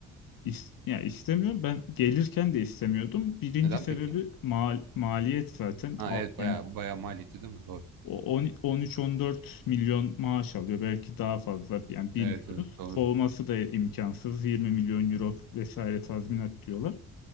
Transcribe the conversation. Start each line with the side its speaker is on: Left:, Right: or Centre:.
Left: is- yani istemiyorum. Ben gelirken de istemiyordum. Birinci
Right: Neden
Left: sebebi
Right: peki?
Left: mal maliyet zaten.
Right: Ha
Left: Al-
Right: evet bayağı
Left: yani
Right: bayağı maliyeti değil mi? Doğru.
Left: O- on- 13-14 milyon maaş alıyor. Belki daha fazla yani bilmiyoruz.
Right: Evet evet doğru.
Left: Kovması da imkansız. 20 milyon euro vesaire tazminat diyorlar.